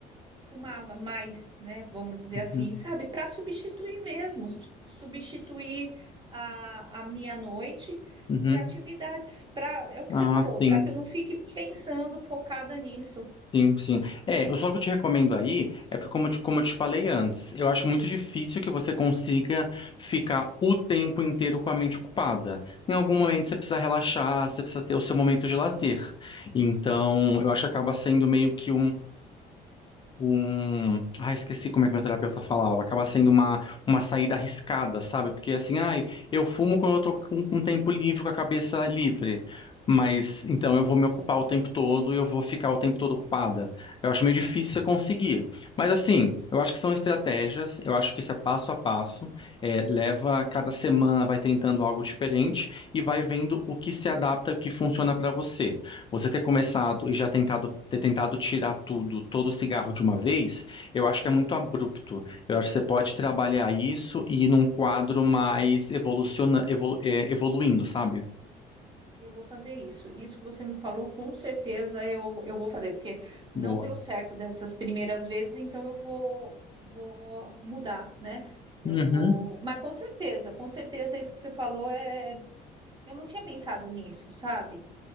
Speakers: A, on the right; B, on the left.
A: fumava mais, né? Vamos dizer
B: uhum.
A: assim, sabe? Para substituir mesmo, su- substituir a, a minha noite
B: uhum.
A: por atividades para, é o que
B: Ah,
A: você falou,
B: sim,
A: para que eu não fique pensando focada nisso.
B: sim, sim. É, o só que eu te recomendo aí é porque, como eu te, como eu te falei antes, eu acho muito difícil que você consiga ficar o tempo inteiro com a mente ocupada. Em algum momento você precisa relaxar, você precisa ter o seu momento de lazer. Então, eu acho que acaba sendo meio que um. Ah, esqueci como é que meu terapeuta falava. Acaba sendo uma, uma saída arriscada, sabe? Porque assim, ai, eu fumo quando eu tô com, com um tempo livre, com a cabeça livre. Mas então eu vou me ocupar o tempo todo e eu vou ficar o tempo todo ocupada. Eu acho meio difícil você conseguir. Mas assim, eu acho que são estratégias, eu acho que isso é passo a passo. É, leva, cada semana vai tentando algo diferente e vai vendo o que se adapta e o que funciona pra você. Você ter começado e já tentado, ter tentado tirar tudo, todo o cigarro de uma vez, eu acho que é muito abrupto. Eu acho que você pode trabalhar isso e ir num quadro
A: Com certeza.
B: mais evoluciona, evolu- é, evoluindo, sabe?
A: Eu vou fazer isso. Isso que você me falou, com certeza eu, eu vou fazer, porque não
B: Boa.
A: deu certo dessas primeiras vezes, então eu vou, vou mudar, né? Eu
B: Uhum.
A: vou. Mas com certeza, com certeza isso que você falou é. Eu não tinha pensado nisso, sabe?